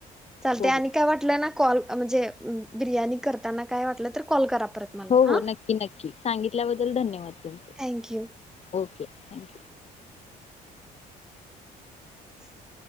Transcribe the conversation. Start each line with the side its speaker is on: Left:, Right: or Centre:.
Centre: चालतय
Left: हो
Centre: आणि
Left: हो
Centre: काय वाटलं ना कॉल म्हणजे बिर्याणी करताना काय वाटलं तर कॉल करा. परत मला
Left: हो
Centre: हा
Left: हो नक्की नक्की सांगितल्याबद्दल धन्यवाद
Centre: थँक्यू
Left: ओके थँक्यू
Centre: <inaudible>